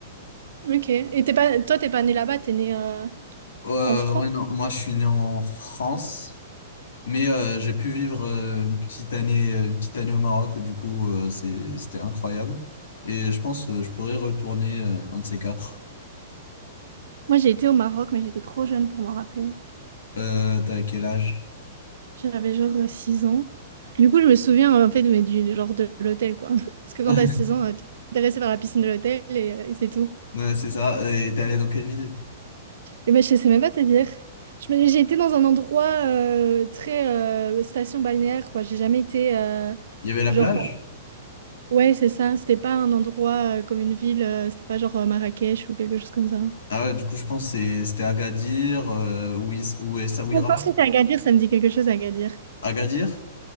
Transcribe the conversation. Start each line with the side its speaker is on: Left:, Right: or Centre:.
Right: Ok. Et t'es pas, toi, t'es pas née là-bas, t'es née euh,
Left: Euh,
Right: en France?
Left: ouais, non, moi, je suis né en France, mais euh, j'ai pu vivre euh, une petite année, une petite année au Maroc. Du coup, euh, c'est, c'était incroyable. Et je pense, euh, je pourrais retourner euh, un de ces quatre.
Right: Moi, j'ai été au Maroc, mais j'étais trop jeune pour m'en rappeler.
Left: Euh, t'as quel âge?
Right: J'avais genre euh, 6 ans. Du coup, je me souviens euh, en fait mais du genre de l'hôtel quoi. <laughs> Parce que quand
Left: <laughs>
Right: t'as 6 ans, euh, t'es intéressé par la piscine de l'hôtel et, euh, et c'est tout.
Left: Ouais, c'est ça. Et t'es allé dans quelle ville?
Right: Et ben je sais même pas te dire. Je me- J'ai été dans un endroit euh, très euh, station balnéaire quoi. J'ai jamais été euh,
Left: Il y avait la
Right: genre
Left: plage?
Right: ouais, c'est ça, c'était pas un endroit euh, comme une ville, euh, c'était pas genre euh, Marrakech ou quelque chose comme ça.
Left: Ah ouais, du coup, je pense que c'est- c'était Agadir euh, ou, Is- ou Essaouira.
Right: Je pense que c'est Agadir, ça me dit quelque chose Agadir.
Left: Agadir?